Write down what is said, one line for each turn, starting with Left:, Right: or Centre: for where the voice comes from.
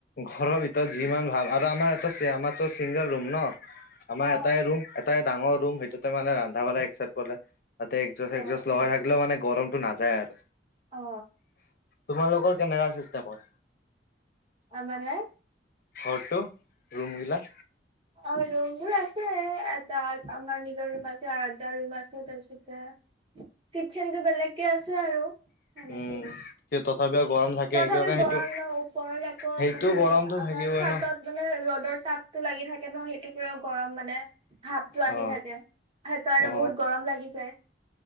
Left: ঘৰৰ ভিতৰত যিমান ভাল আৰু আমাৰ এটা আমাৰটো চিংগল ৰুম ন আমাৰ
Right: অ অ
Left: এটাই ৰুম এটাই ডাঙৰ ৰুম সেইটোতে মানে ৰান্ধা বঢ়া একচাইদ কৰে তে এক যোছ এক
Right: অ
Left: যোছ লগাই ৰাখিলেও মানে গৰমটো নাযায় আৰু
Right: অ
Left: তোমালোকৰ কেনেকা চিষ্টেম হয়
Right: আ মানে
Left: ঘৰটো ৰুম গিলা
Right: অ ৰুম বোৰ আছে এটা আমাৰ নিজৰ ৰুম আছে আৰু এটা ৰুম আছে তা-পিছতে কিচেনটো বেলেগকে আছে আৰু সেনেকে
Left: উম কিন্তু তথাপিও গৰম থাকে
Right: তথাপি
Left: কিয়বা সেইটো
Right: গৰম ন ওপৰত আকৌ
Left: সেইটো
Right: মানে
Left: গৰমটো
Right: আমাৰ
Left: থাকিবই
Right: চাটত
Left: ন
Right: মানে ৰ'দৰ তাপটো লাগি থাকে ন সেইটো পৰাও গৰম মানে ভাপটো আহি
Left: অ
Right: থাকে সেই কাৰণে
Left: অ
Right: বহুত গৰম লাগি যায়